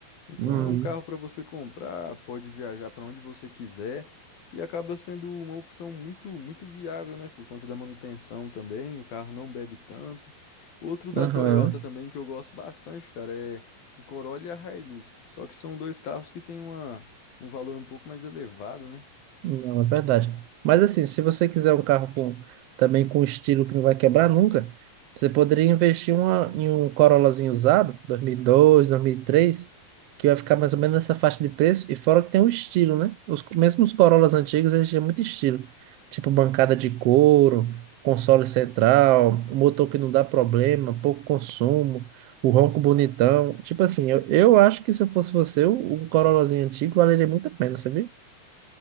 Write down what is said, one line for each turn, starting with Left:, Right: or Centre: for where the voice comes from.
Left: Então
Right: Hum,
Left: é um carro para você comprar, pode viajar para onde você quiser e acaba sendo uma opção muito, muito viável, né? Por conta da manutenção também, o carro não bebe tanto. Outro da
Right: aham.
Left: Toyota também que eu gosto bastante, cara, é o Corolla e a Hilux. Só que são dois carros que têm uma, um valor um pouco mais elevado, né?
Right: Não, é verdade. Mas assim, se você quiser um carro com, também com estilo que não vai quebrar nunca, você poderia investir uma, em um Corollazinho usado, 2002, 2003, que vai ficar mais ou menos nessa faixa de preço, e fora que tem um estilo, né? Os, mesmo os Corollas antigos, eles tinham muito estilo. Tipo bancada de couro, console central, um motor que não dá problema, pouco consumo, o ronco bonitão. Tipo assim, eu, eu acho que se eu fosse você, um um Corollazinho antigo valeria muito a pena, sabia?